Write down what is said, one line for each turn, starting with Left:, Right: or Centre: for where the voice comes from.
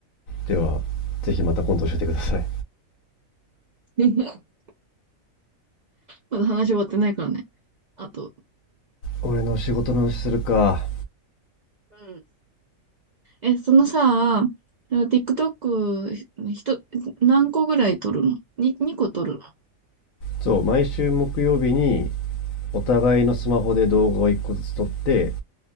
Left: では、ぜひまた今度教えてください。
Right: <laughs> まだ話終わってないからね。あと、
Left: 俺の仕事の話するか。
Right: うん。え、そのさ、その TikTok、ひと、何個ぐらい撮るの ?2、2個撮るのあ
Left: そう、毎週木曜日にお互いのスマホで動画を1個ずつ撮って、